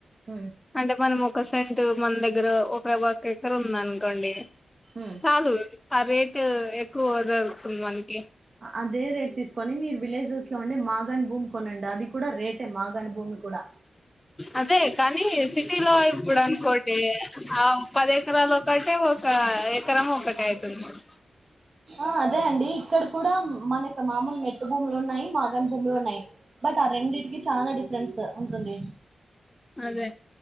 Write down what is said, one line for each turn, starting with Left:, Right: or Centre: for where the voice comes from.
Right: ఉమ్,
Left: అంటే మనము పర్సెంట్ మన దగ్గర ఒకే ఒకేక్కరు ఉంది అనుకోండి
Right: ఉమ్.
Left: చాలు ఆ రేట్ టు ఎక్కువదొరుకుతుంది మనకి
Right: అదే రేట్ తీసుకొని మీరు విలేజెస్ లో ఉండే మాగాణ్ భూమి కొనండి అది కూడా రేటే మాగాణ్ భూమి కూడా
Left: అదే కానీ టిలో ఇప్పుడు అనుకోండి ఆ పది ఎకరాలు ఒకటే ఒక ఎకరం ఒకటే అయిత స
Right: ఆ అదే అండి ఇక్కడ కూడా మనకు మామూలు మెట్టు భూములు ఉన్నాయి మాగన్ భూములు ఉన్నాయి బట్ ఆ రెండిటి కి కీ చానా డిఫరెన్స్ ఉంటుంది
Left: అదే